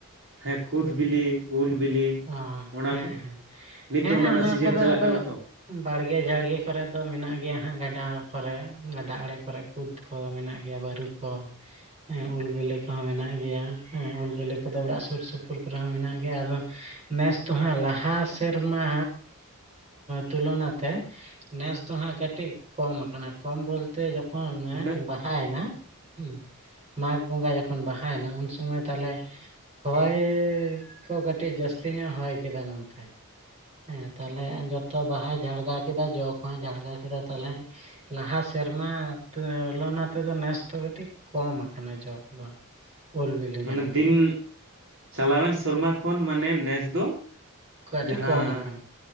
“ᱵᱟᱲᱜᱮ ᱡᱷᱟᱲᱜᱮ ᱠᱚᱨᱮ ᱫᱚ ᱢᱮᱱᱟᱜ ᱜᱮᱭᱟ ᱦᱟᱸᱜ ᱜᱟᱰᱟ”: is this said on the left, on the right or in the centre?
Right